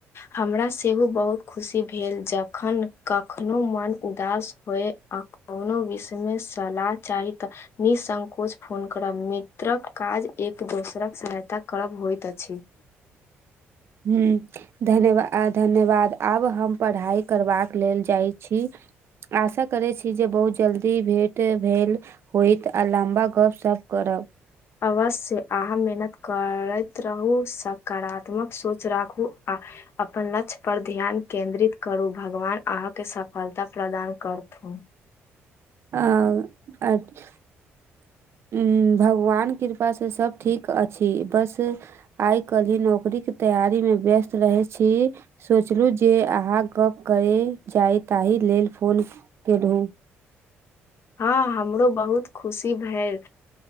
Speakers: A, on the left; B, on the right.
A: हमरा सेहो बहुत खुशी भेल जखन कखनो मन उदास होय। कोनो विषयमे सलाह चाही तऽ। निःसंकोच फोन करब मित्रक काज एक दोसरक सहायता करब होइत अछि।
B: हूंम्म धन्यवा धन्यवाद आब हम पढ़ाइ करबाक लेल जाइ छी। आशा करै छी जे बहुत जल्दी भेंटे भेल। होयत आ लम्बा गप सप करब।
A: अवश्य अहाँ मेहनत करैत रहू सकारात्मक सोच राखू आ। अपन लक्ष्य पर ध्यान केन्द्रित करू भगवान अहाँके सफलता प्रदान करथुन।
B: आओ अच्छ। उंम्म भगवान कृपासे सब ठीक अछि बस। आइ कलहि नौकरी के तैयारी मे व्यस्त रहै छी। सोचलु जे अहाँ गप्प करय जाय ताहि लेल फोन केलहुँ।
A: हँ हमरो बहुत खुशी भेल